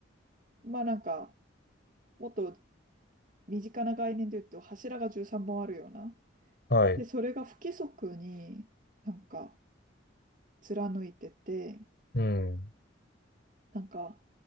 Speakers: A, on the right (about 45°); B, on the left (about 55°).
A: まあなんか、もっと身近な概念で言うと、柱が13本あるような。
B: はい、
A: で、それが不規則になんか貫いてて、
B: うん、
A: なんか